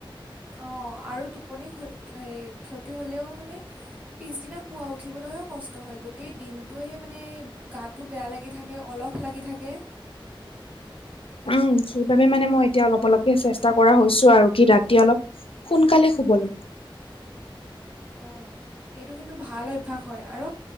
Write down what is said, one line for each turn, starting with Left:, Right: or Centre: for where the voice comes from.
Right: অঁ আৰু টোপনি ক্ষ ক্ষতি হ'লেও মানে, পিছদিনা পুৱা উঠিবলৈও কষ্ট হয় গোটেই দিনটোয়ে মানে গাটো বেয়া লাগি থাকে! তে অলহ লাগি থাকে।
Left: উম সেইবাবে মানে মই এতিয়া অলপ অলপকে চেষ্টা কৰা হৈছো আৰু। কি ৰাতি অলপ সোনকালে শুবল লাগে!
Right: অঁ সেইটো কিন্তু ভাল অভ্যাস হয় আৰু,